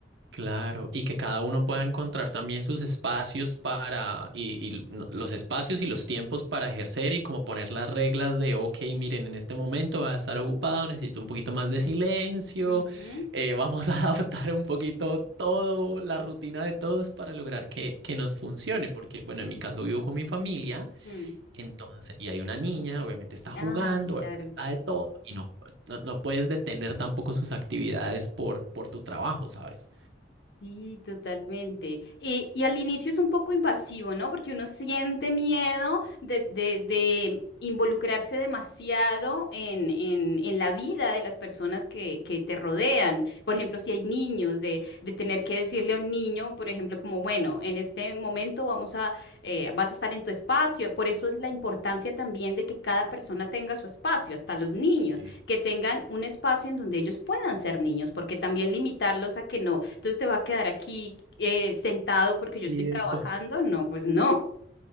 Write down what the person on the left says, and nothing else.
Ujú.
Mm.
Ay, claro.
Sí, totalmente. Y, y al inicio es un poco invasivo, ¿no? Porque uno siente miedo de, de- de involucrarse demasiado en, en- en la vida de las personas que, que te rodean. Por ejemplo, si hay niños, de, de tener que decirle a un niño, por ejemplo, como, bueno, en este momento vamos a, eh, vas a estar en tu espacio. Por eso es la importancia también de que cada persona tenga su espacio, hasta los niños
que tengan un espacio en donde ellos puedan ser niños, porque también limitarlos a que no, entonces te va a quedar aquí eh, sentado porque yo
estoy trabajando, no, pues no.